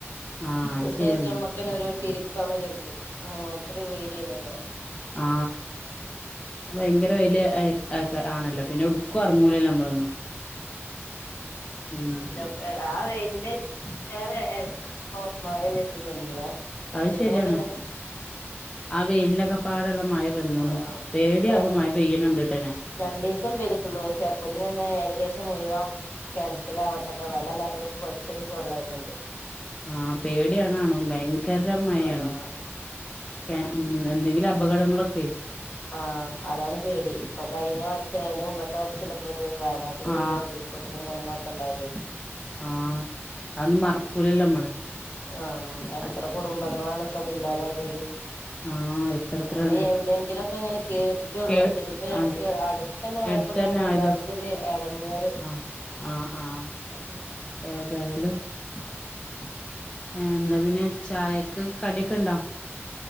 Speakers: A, on the left; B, on the left.
A: ആഹ്
B: ഫുഡയ്ച്ച്
A: അത് ശരിയാണ്
B: ഞമ്മക്കെന്നെ ഓരോര്ത്ത് ഇരിക്കാന്ന് കെര്തും അങ്ങൻത്തൊരു വെയിലേനല്ലോ
A: ആ വയങ്കര വെയ്ല് ആയ് അതൊക്കെ ആണല്ലോ പിന്നെ എവ്ട്ക്കും എറങ്ങൂലല്ലോ നമ്മളൊന്നും ഉം
B: ക്കെ ആ വെയ്ല്ന്റെ ഏറെ എര് പ്പോ മയ വെര്ലും തൊടങ്ങി ലേ രണ്ടീസം
A: അത് ശരിയാണ്
B: കൊണ്ടെന്നെ
A: ആ വെയ്നൊക്കെപ്പാടെള്ള മഴ വന്നുന്ന്
B: ആഹ്
A: പേട്യ
B: ഇപ്പൊ രണ്ട്
A: പ്പ മഴ പെയ്യണണ്ട്ട്ടെന്നെ
B: രണ്ടീസം പെയ്തിട്ടുള്ളൂ. പക്ഷെ അപ്പോത്തിനന്നെ ഏകദേശം മുഴുവൻ കെൺറ്റിലാവട്ടക്കെ വെള്ളല്ലാത്തവർക്ക് ഒറ്റടിക്ക് വെള്ളയിട്ടുണ്ട്.
A: ആഹ് പേടിയാണാണും ഭയങ്കര മഴയാണ്.
B: ആഹ്
A: ഒക്കെ ഉം എന്തെങ്കിലും അപകടങ്ങളൊക്കെയ്
B: ആഹ് അതാണ് പേടി. ഇപ്പൊ കഴിഞ്ഞ വർഷം അതിന്റെ മുമ്പത്തെ വർഷല്ലെ ഇപ്പ ഇത് വയനാട്ടില്
A: ആഹ്
B: ഇപ്പൊ ഒരു പൊട്ടലും കാര്യങ്ങളൊക്കെ ഉണ്ടായത്.
A: ആഹ് അതൊന്നും മറക്കൂലല്ലൊ നമ്മള്.
B: ആഹ് എത്ര
A: അത്
B: കുടുംബങ്ങളാണ് ഇപ്പ അതില്ലാതായതയില്.
A: ആഹ് എത്ര എത്രയാണ്
B: നമ്മള് ഈ എവിടെയെങ്കിലും ഒ ഇപ്പ ഇങ്ങനെ കേട്ടിട്ടേ ഉള്ളൂ
A: കേ
B: പക്ഷെ ഇതിപ്പോ ഈ
A: ആഹ്
B: ഏഹ് അടുത്തന്നെ ആയപ്പം
A: എടുത്തന്നെ
B: തന്നെ എല്ലാവർക്കും
A: ആയത്
B: ഒരു എടങ്ങേറ്.
A: ആഹ് ആഹ്
B: ഉം
A: ഏതായാലും.
B: <inaudible>
A: ഏന്താ പിന്നെ. ചായക്ക് കടിയൊക്കെ ഇണ്ടോ?